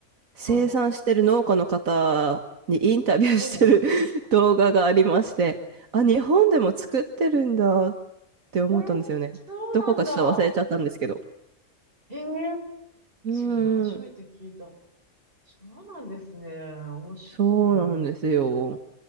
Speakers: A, on the right; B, on the right.
A: 生産してる農家の方にインタビューしてる
B: い。はい。ほう。
A: <laughs> 動画がありまして、あ、日本でも作ってるんだって思ったんですよね。
B: えーそうなんだ。
A: どこかちょっと忘れちゃったんですけど。
B: へえ、
A: うーん、
B: 私は初めて聞いた。そうなんですね。面白いな
A: そうなんですよ。